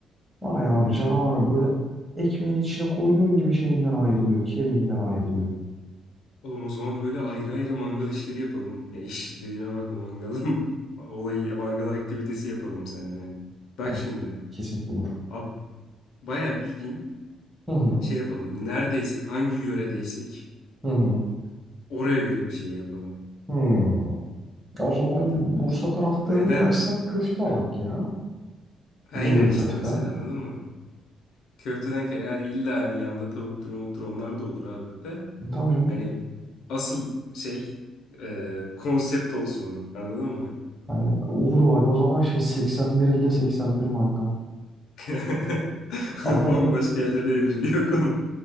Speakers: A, on the right; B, on the left.
A: Var ya abi
B: he.
A: canavar böyle ekmeğin içine koyduğun gibi şeyinden ayrılıyor. Kemiğinden ayrılıyor.
B: Oğlum o zaman böyle ayrı ayrı mangal işleri yapalım. Ya iş dediğime bakma mangalın <laughs> olayı mangal aktivitesi yapalım seninle. Bak
A: Abi
B: şimdi.
A: kesinlikle olur.
B: Ab, bayağı bildiğin
A: Hı hı.
B: şey yapalım. Neredeysek, hangi yöredeysek
A: Hı hı.
B: oraya göre bir şey yapalım.
A: Hı. Ya o zaman
B: Abi
A: Bursa tarafta
B: neden?
A: yapacaksak köfte alak
B: Heh,
A: ya.
B: Aynen
A: İnegöl
B: işte
A: köfte.
B: mesela anladın mı? Köfteden kay yani illa hani yanda tavuktur mavuktur onlar da olur abi de.
A: Tabii canım.
B: Hani asıl şey e, konsept olsun o, anladın mı?
A: Hani olur bak o zaman şey 81 50 81 mangal.
B: <laughs>
A: Adana'ya
B: Bambaşka
A: gidiyoruz.
B: yerlere evriliyor konu.